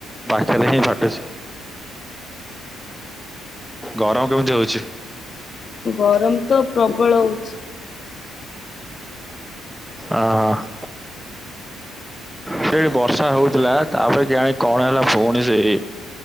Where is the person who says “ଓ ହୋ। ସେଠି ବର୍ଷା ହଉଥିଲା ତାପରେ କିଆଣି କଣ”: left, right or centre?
Centre